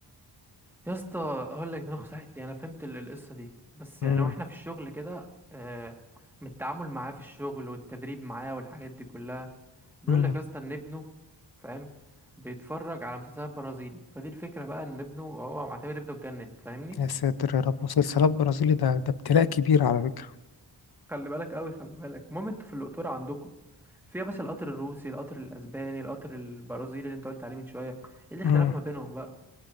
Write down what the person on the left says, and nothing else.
امم
امم
يا ساتر يا رب مسلسلات برازيلي ده ده ابتلاء كبير على فكرة
امم